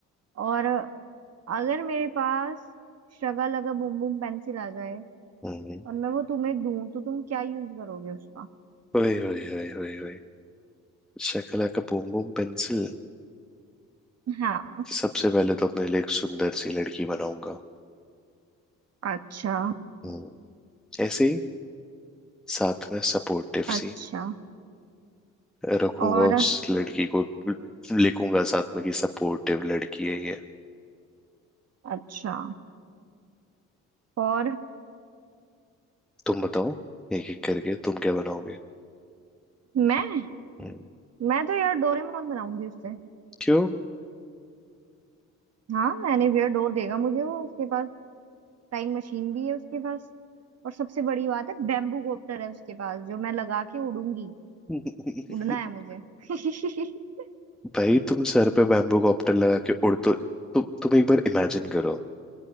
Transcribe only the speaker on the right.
और अगर मेरे पास शगा लगा बुम बुम पेंसिल आ जाए
और मैं वो तुम्हें दूं तो तुम क्या यूज करोगे उसका
हाँ
अच्छा
अच्छा
और
अच्छा और
मैं
मैं तो यार डोरेमोन बनाऊंगी उससे
हाँ एनीवेयर डोर देगा मुझे वो उसके पास टाइम मशीन भी है उसके पास और सबसे बड़ी बात है बैम्बू कॉप्टर है उसके पास जो मैं लगा के उड़ूंगी
उड़ना है मुझे <laughs>